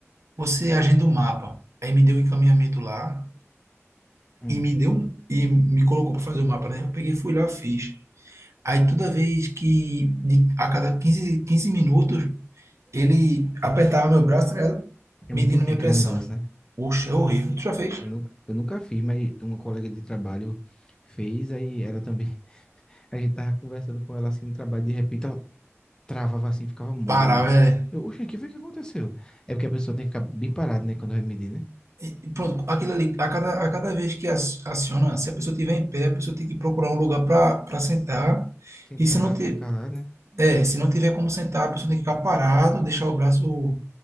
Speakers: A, on the right; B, on the left.
A: você agenda o mapa. Aí me deu um encaminhamento lá
B: Hum.
A: e me deu um- e me colocou para fazer o mapa, né? Eu peguei, fui lá, fiz. Aí toda vez que de- a cada quinze quinze minutos ele apertava meu braço, tá ligado?
B: É
A: medindo
B: muito ruim
A: minha
B: aquele
A: pressão.
B: negócio, né?
A: Oxe, é horrível. Tu já fez?
B: Eu nunca, eu nunca fiz, mas uma colega de trabalho fez, aí ela também. <laughs> A gente tava conversando com ela assim no trabalho, de repente travava assim, ficava muda.
A: Para,
B: E eu,
A: velho.
B: eu, oxe, aqui foi o que aconteceu. É porque a pessoa tem que ficar bem parada, né? Quando vai medir, né?
A: E- e Pronto, aquilo ali, a cada, a cada vez que ac- aciona, se a pessoa estiver em pé, a pessoa tem que procurar um lugar para sentar.
B: Sentar,
A: E se não tiver.
B: fica calado, né?
A: É, se não tiver como sentar, a pessoa tem que ficar parado, deixar o braço